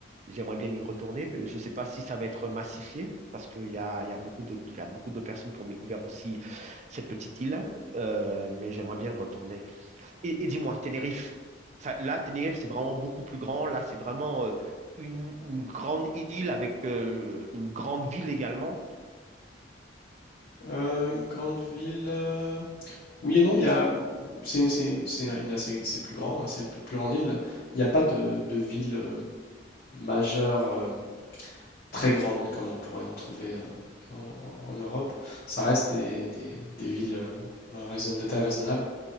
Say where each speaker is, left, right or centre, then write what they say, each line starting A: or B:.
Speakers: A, on the right (about 40°); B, on the left (about 55°).
A: J'aimerais bien y retourner. Je ne sais pas si ça va être massifié, parce qu'il y a, il y a beaucoup de, il y a beaucoup de personnes qui ont découvert aussi cette petite île, euh, mais j'aimerais bien y retourner. Et, et dis-moi, Tenerife. Ça- là, Tenerife, c'est vraiment beaucoup plus grand. Là, c'est vraiment euh, une, une grande île avec euh, une grande ville également.
B: Euh, une grande ville. euh, Oui et non, il y a. C'est c'est- c'est une assez- c'est plus grand, hein, c'est une plus grande île. Il n'y a pas de, de ville euh, majeure euh, très grande comme on pourrait en trouver euh, en, en Europe. Ça reste des, des- des villes euh, raisonn- de taille raisonnable.